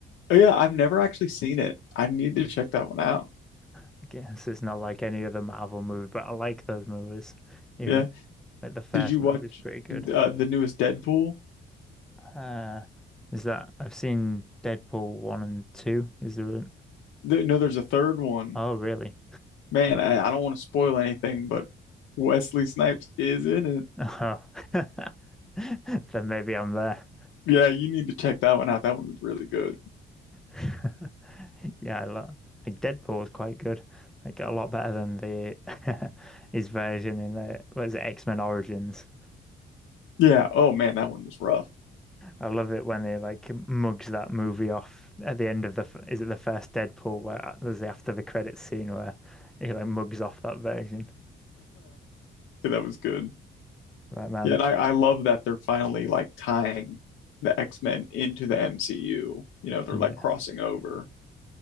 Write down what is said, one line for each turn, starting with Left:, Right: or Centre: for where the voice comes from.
Left: oh, Yeah, I've never actually seen it. I need to check that one out.
Centre: I guess it's not like any other Marvel movie, but I like those movies. Even
Left: Yeah.
Centre: like the first
Left: Did you watch
Centre: movie is pretty good.
Left: uh, the newest Deadpool?
Centre: Uh, is that I've seen Deadpool one and two. Is there? An,
Left: There, no, there's a third one.
Centre: oh, really?
Left: Man, I, I don't want to spoil anything, but Wesley Snipes is in it.
Centre: Oh. <laughs> Then maybe I'm there.
Left: Yeah, you need to check that one out. That one was really good.
Centre: <laughs> Yeah, I lo- like Deadpool is quite good. Like a lot better than the <laughs> his version in the what is it, X-Men Origins.
Left: Yeah. Oh man, that one was rough. <laughs>
Centre: I love it when they like mugs that movie off at the end of the f- is it the first Deadpool where uh, there's the after the credits scene where he like mugs off that version.
Left: Yeah, that was good.
Centre: Right, man.
Left: Yeah, and I,
Centre: Uh,
Left: I love that they're finally like tying the X-Men into the MCU. You know, they're
Centre: yeah,
Left: like crossing over.